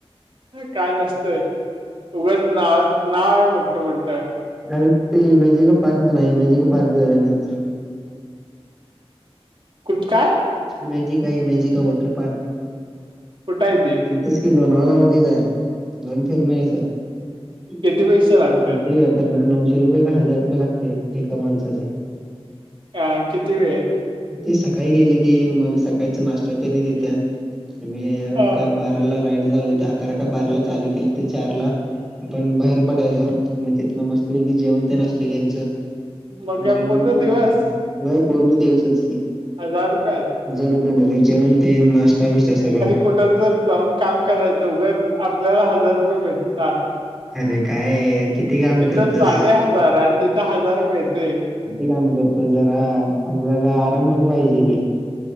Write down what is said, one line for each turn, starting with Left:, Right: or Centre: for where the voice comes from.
Right: काय नसतंय. उघच नाव नाव मोठ मोठ.
Centre: अर ते इमॅजिक पार्क पण आहे इमॅजिक पार्क. जाऊया नाही तर.
Right: कुठ काय?
Centre: मॅजिका हाय मॅजिका वॉटर पार्क.
Right: कुठं हाय ते?
Centre: इथंच की लोणावळ्यामध्येच हाय, जाऊन फिरून यायचं. कितीे
Right: किती पैसे लागतात
Centre: तर नऊशे रुपये का हजार रुपये लागतंय एका माणसाचं.
Right: का किती वेळ?
Centre: ते सकाळी गेले की, मग सकाळचा नाश्ता त्यांनी देत्यात आणि
Right: अ
Centre: काय बार अकराला राईड झाल होती अकरा का बाराला चालू केलं तर चारला आपण बाहेर पडायचं. मग तिथं मस्तपैकी जेवण तेन असतंय त्यांचं.
Right: मग काय
Centre: जेवून
Right: पूर्ण
Centre: निघायचं
Right: दिवस
Centre: मग. होय पूर्ण दिवसच की.
Right: हजार रुपयात
Centre: हजार रुपये म्हणजे जेवणतेन नाश्ता बिशटा सगळं
Right: कुठच जाऊन काम करायचं <unintelligible> आपल्याला हजार रुपये भेटतात
Centre: अरे काय किती काम
Right: इथ
Centre: करतोस
Right: चाले हजार आणि तिथं हजार मिळते
Centre: किती काम करतोस जरा आपल्याला आराम पण पाहिजे की